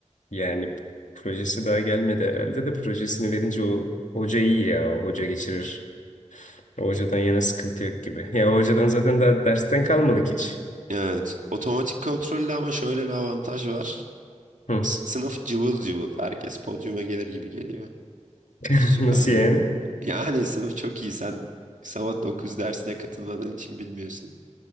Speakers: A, on the left (about 80°); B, on the right (about 85°).
A: yani projesi daha gelmedi herhalde de projesini verince o hoca iyi ya. O hoca geçirir. O hocadan yana sıkıntı yok gibi. Ya o hocadan zaten daha dersten kalmadık hiç.
B: Evet. Otomatik kontrolde ama şöyle bir avantaj var.
A: Hı.
B: S- Sınıf cıvıl cıvıl. Herkes podyuma gelir gibi geliyor.
A: <laughs>
B: Süper
A: Nasıl
B: ya.
A: yani?
B: Yani sınıf çok iyi. Sen sabah 9 dersine katılmadığın için bilmiyorsun.